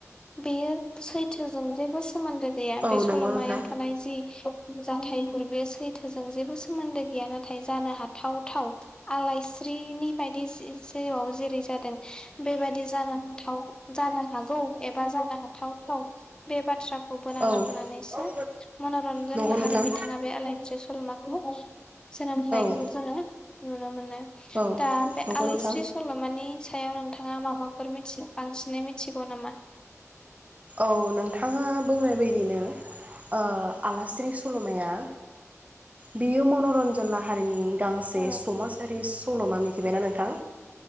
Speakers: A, on the left; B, on the right.
A: बेयो सैथोजों जेबो सोमोन्दो गैया
B: औ
A: बे सल'मायाव
B: नंगौ
A: थानाय जि मोजांथायफोर बे सैथोजों जेबो सोमोन्दो गैया नाथाय जानो हा थाव थाव आलइस्रिनि बायदि जे जिउआव जेरै जादों बेबायादि जानो हाथाव जानो हागौ एबा जानो हाथावथाव बे बाथ्रा खौ बोना
B: औ
A: लाबोनानैसो मन'रन्जन
B: नंगौ
A: लाहारि
B: नोंथां
A: बिथाङा बे आलायस्रि सल'माखौ जोनोम लायखौ
B: औ
A: जोङो। नुनो मोननाय
B: औ
A: दा बे
B: नंगौ
A: आलायस्रि
B: नोंथां
A: सल'मानि सायाव नोंथाङा माबाफोर मिथि बांसिनै मिथिगौ नामा?
B: औ नोंथाङा बुंनाय बायदिनो ओ आलास्रि सल'माया बियो मनरन्जन लाहारिनि। गांसे
A: औ
B: समाजारि सल'मा मिथिबायना नोंथां?